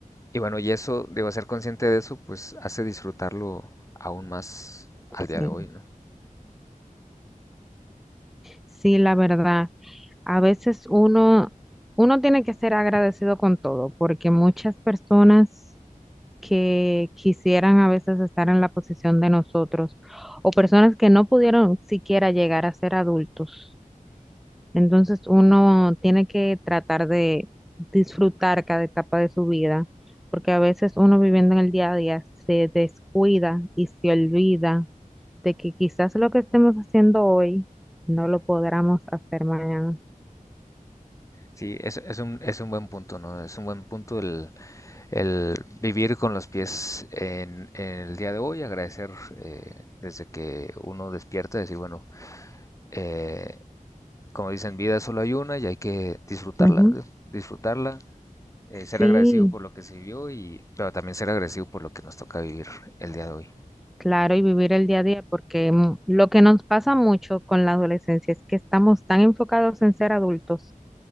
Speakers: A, on the left; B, in the centre.
A: y bueno, y eso, debo ser consciente de eso, pues hace disfrutarlo aún más al
B: Sí,
A: día de hoy, ¿no?
B: sí, la verdad. A veces uno, uno tiene que ser agradecido con todo, porque muchas personas que quisieran a veces estar en la posición de nosotros, o personas que no pudieron siquiera llegar a ser adultos. Entonces uno tiene que tratar de disfrutar cada etapa de su vida, porque a veces uno viviendo en el día a día se descuida y se olvida de que quizás lo que estemos haciendo hoy no lo podamos hacer mañana.
A: Sí, es, es un, es un buen punto, ¿no? Es un buen punto el, el vivir con los pies en, en el día de hoy, agradecer eh, desde que uno despierta, decir, bueno, eh, como dicen, vida solo hay una y hay que disfrutarla,
B: Ujú.
A: ¿no? disfrutarla, eh, ser
B: Sí,
A: agradecido por lo que se vivió y, pero también ser agradecido por lo que nos toca vivir el día de hoy.
B: claro, y vivir el día a día, porque mm, lo que nos pasa mucho con la adolescencia es que estamos tan enfocados en ser adultos